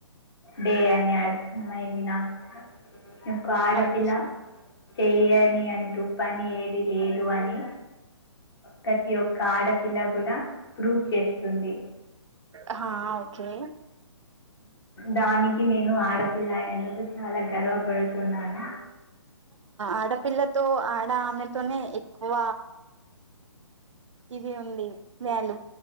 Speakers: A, on the left; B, on the right.
A: డే అని అమ్మయింది నాకూడా ఇంకో ఆడపిల్ల
B: ఓకే
A: చేయని అన్ టుప్పని ఏది లేదు అని ప్రతి ఒక్క ఆడపిల్ల కూడా ప్రూవ్ చేస్తుంది.
B: ఆ హా ఓకే
A: దానికి నేను ఆడపిల్ల అయినందుకు చాలా గర్వపడుతున్నాను.
B: ఆడపిల్లతో ఆడామెతోనే ఎక్కువ ఇది ఉంది వ్యాలుమ్